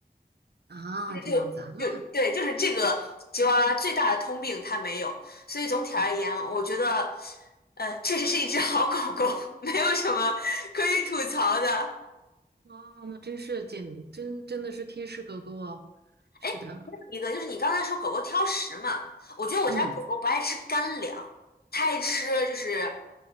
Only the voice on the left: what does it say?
这个就就对，
就是这个吉娃娃最大的通病它没有，所以总体而言，我觉得呃确实是一只好狗狗，<laughs> 没有什么可以吐槽的。
哎，还有一个就是你刚才说狗狗挑食嘛，我觉得我家狗狗不爱吃干粮，
它爱吃就是